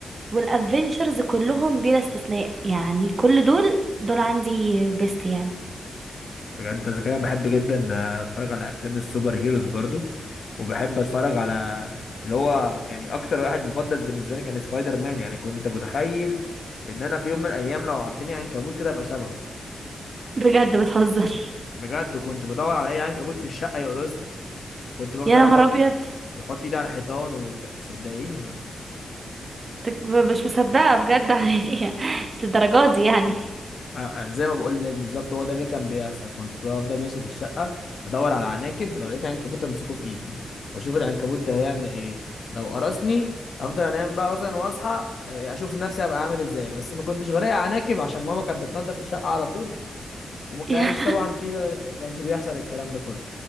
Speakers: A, on the right (about 30°); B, on the left (about 50°).
A: والافنجرز كلهم بلا استثناء يعني كل دول دول عندي بيست يعني
B: بجد اذا كده بحب جدا اتفرج على افلام السوبر هيروز برضو وبحب اتفرج على اللي هو يعني اكتر واحد مفضل بالنسبه لي كان سبايدر مان يعني كنت متخيل ان انا في يوم من الايام لو عضني عنكبوت كده ابقى شبهه
A: بجد بتهزر
B: بجد كنت بدور على اي عنكبوت في الشقه يقرصني كنت بفضل
A: يا نهار
B: احط
A: ابيض
B: بحط ايدي على الحيطان وبتاع صدقيني
A: تك- مش مصدقه بجد <laughs> يعني مش للدرجات دي يعني
B: آه، زي ما بقول لك بالظبط هو ده اللي كان بيحصل كنت بفضل ماشي في الشقه ادور على عناكب لو لقيت عنكبوت امسكه في ايدي واشوف العنكبوت ده هيعمل ايه لو قرصني افضل انام بقى مثلا واصحى آه، اشوف نفسي هبقى عامل ازاي بس ما كنتش بلاقي عناكب عشان ماما كانت بتنضف الشقه على طول وما كانش
A: <laughs> يا-
B: طبعا في بقى ما كانش بيحصل الكلام ده كله